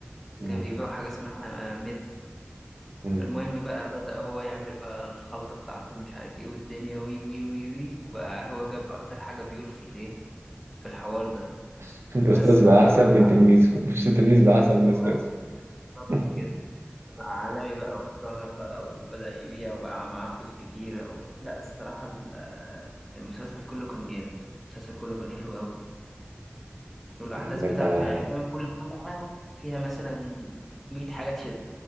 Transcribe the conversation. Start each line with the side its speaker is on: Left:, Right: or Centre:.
Right: م-
Centre: كان بيبيع حاجة اسمها ميث
Right: م.
Centre: المهم بقى بدأ هو يعمل بقى الخلطة بتاعته ومش عارف ايه والدنيا وي وي وي وي وبقى هو جاب أكتر حاجة بيور في الايه في الحوار ده
Right: <laughs> الأستاذ
Centre: بس بقى
Right: بقى أحسن
Centre: وبعد
Right: من تلميذه <laughs> مش التلميذ بقى أحسن من الأستاذ
Centre: بالظبط
Right: <laughs>
Centre: كده بقى عالمي بقى واتشهر بقى وبدأ يبيع وبقى معاه فلوس كتيرة و... لا الصراحة ال- المسلسل كله كان جامد المسلسل كله كان حلو قوي والأحداث
Right: يا عم
Centre: بتاعته
Right: أنت <laughs>
Centre: يعني فاهم كل حلقة فيها مثلا 100 حاجة تشد